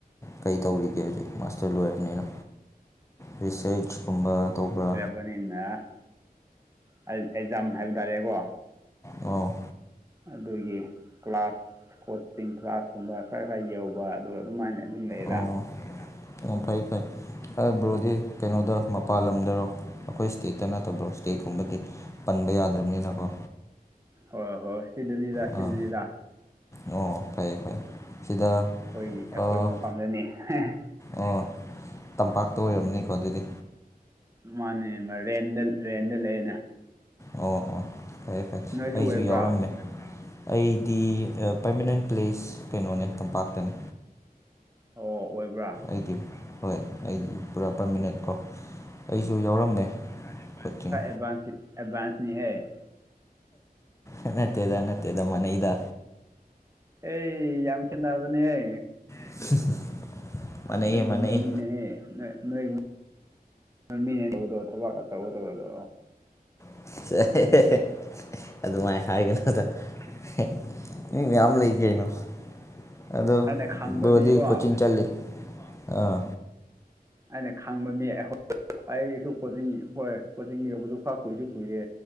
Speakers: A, on the left; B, on the right.
A: ꯀꯩ ꯇꯧꯔꯤꯒꯦ ꯍꯧꯖꯤꯛ ꯃꯥꯁꯇꯔ ꯂꯣꯏꯔꯝꯅꯤꯅ ꯔꯤꯆꯦꯁꯀꯨꯝꯕ ꯇꯧꯕ꯭ꯔ
B: ꯕꯅꯤꯅ <unintelligible> ꯑꯦꯛꯖꯥꯝ ꯍꯥꯏꯕ ꯇꯥꯔꯦꯀꯣ
A: ꯑꯣ
B: ꯑꯗꯨꯒꯤ ꯀ꯭ꯂꯥꯁ ꯀꯣꯆꯤꯡ ꯀ꯭ꯂꯥꯁ ꯀꯨꯝꯕ ꯈꯔ ꯈꯔ ꯌꯧꯕ ꯑꯗꯨꯒ ꯑꯗꯨꯝꯃꯥꯏꯅ ꯑꯗꯨꯝ ꯂꯩꯗ
A: ꯑꯣ ꯑꯣ ꯐꯩ ꯐꯩ <unintelligible> ꯕ꯭ꯔꯣꯗꯤ ꯀꯩꯅꯣꯗ ꯃꯄꯥꯟ ꯂꯝꯗꯔꯣ ꯑꯈꯣꯏ ꯁ꯭ꯇꯦꯠꯇ ꯅꯠꯇꯕ꯭ꯔꯣ ꯁ꯭ꯇꯦꯠꯀꯨꯝꯕꯗꯤ ꯄꯟꯕ ꯌꯥꯗ꯭ꯔꯞꯅꯤꯅꯀꯣ
B: ꯍꯣꯏ ꯍꯣꯏ ꯁꯤꯗꯅꯤꯗ
A: ꯑꯥ
B: ꯁꯤꯗꯅꯤꯗ
A: ꯑꯣ ꯐꯩ ꯐꯩ ꯁꯤꯗ
B: ꯑꯩꯈꯣꯏꯒꯤ ꯑꯩꯈꯣꯏ
A: ꯑꯣ
B: ꯃꯐꯝꯗꯅꯦ ꯍꯦꯍꯦ
A: ꯑꯣ ꯇꯝꯄꯥꯛꯇ ꯑꯣꯏꯔꯝꯅꯤꯀꯣ ꯑꯗꯨꯗꯤ
B: ꯃꯥꯅꯦ <unintelligible> ꯔꯦꯟꯗ ꯔꯦꯟꯗ ꯂꯩꯌꯦꯅꯦ
A: ꯑꯣ ꯑꯣ ꯐꯩꯌꯦ ꯐꯩꯌꯦ
B: ꯅꯣꯏꯁꯨ
A: ꯑꯩꯖꯨ
B: ꯑꯣꯏꯕ꯭ꯔꯥ
A: ꯌꯥꯎꯔꯝꯃꯦ ꯑꯩꯗꯤ <unintelligible> ꯄꯔꯃꯅꯦꯟ ꯄ꯭ꯂꯦꯁ ꯀꯩꯅꯣꯅꯦ ꯇꯝꯄꯥꯛꯇꯅꯦ
B: ꯑꯣ ꯑꯣꯏꯕ꯭ꯔ
A: ꯑꯩꯗꯤ ꯍꯣꯏ ꯑꯩꯗꯤ ꯄꯨꯔꯥ ꯄꯔꯃꯤꯅꯦꯟ ꯀꯣ ꯑꯩꯁꯨ ꯌꯥꯎꯔꯝꯃꯦ ꯀꯣꯆꯤꯡ
B: <unintelligible> ꯑꯦꯠꯕꯥꯟꯁꯅꯤꯍꯦ
A: ꯑꯦ ꯅꯠꯇꯦꯗ ꯅꯠꯇꯦꯗ ꯃꯥꯟꯅꯩꯗ
B: ꯑꯦ ꯌꯥꯝ ꯈꯦꯠꯅꯕꯅꯤꯍꯦ
A: <unintelligible> ꯃꯥꯟꯅꯩꯌꯦ
B: ꯅꯣꯏꯒꯨꯝꯕ
A: ꯃꯥꯟꯅꯩꯌꯦ
B: ꯃꯤꯅꯦꯍꯦ ꯅꫭꯏ ꯅꯣꯏꯒꯨꯝ <unintelligible> ꯊꯕꯛ ꯑꯆꯧꯕ ꯇꯧꯕꯗꯣ
A: <unintelligible> ꯑꯗꯨꯝꯃꯥꯏ ꯍꯥꯏꯒꯅꯨꯗ <unintelligible> ꯃꯤ ꯃꯌꯥꯝ ꯂꯩ ꯀꯩꯅꯣ ꯑꯗꯣ
B: ꯑꯩꯅ ꯈꯪꯕ
A: ꯕ꯭ꯔꫭꯗꯤ
B: ꯃꯤꯀꯣ
A: ꯀꯣꯆꯤꯡ ꯆꯠꯂꯤ ꯑꯥ
B: ꯑꯩꯅ ꯈꯪꯕ ꯃꯤ <unintelligible> ꯑꯩꯁꯨ ꯀꯣꯆꯤꯡ ꯍꯣꯏ ꯀꯣꯆꯤꯡ ꯌꯧꯕꯗꯨ ꯈ ꯀꯨꯏꯁꯨ ꯀꯨꯏꯔꯦ